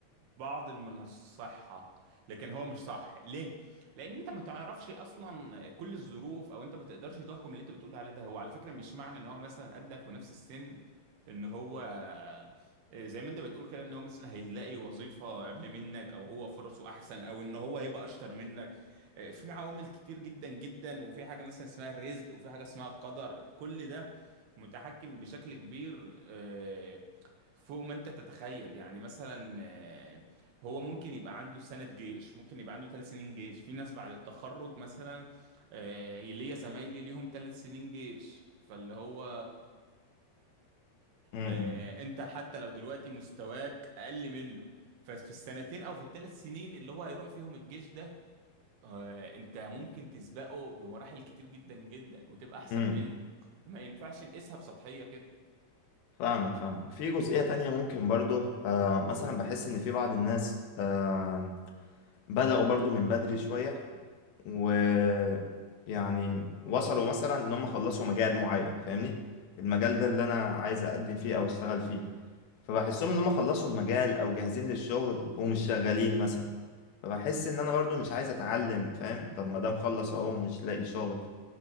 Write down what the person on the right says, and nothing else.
بعض من الصحة لكن هو مش صح ليه؟ لأن أنت ما تعرفش أصلا كل الظروف أو أنت ما تقدرش تحكم اللي أنت بتقول عليه ده هو على فكرة مش معنى إن هو مثلا قدك ونفس السن إن هو آه، زي ما أنت بتقول كده إن هو مثلا هيلاقي وظيفة قبل منك أو هو فرصه أحسن أو إن هو هيبقى أشطر منك آه، في عوامل كتير جدا جدا وفي حاجة مثلا اسمها الرزق وفي حاجة اسمها القدر كل ده متحكم بشكل كبير آه، فوق ما انت تتخيل يعني مثلا آه، هو ممكن يبقى عنده سنة جيش ممكن يبقى عنده ثلاث سنين جيش في ناس بعد التخرج مثلا آه، ليا زمايلي ليهم ثلاث سنين جيش فاللي هو
آه، انت حتى لو دلوقتي مستواك اقل منه ففي السنتين او في الثلاث سنين اللي هو هيروح فيهم الجيش ده آه، انت ممكن تسبقه بمراحل كتير جدا جدا وتبقى احسن
منه فما ينفعش نقيسها بسطحية كده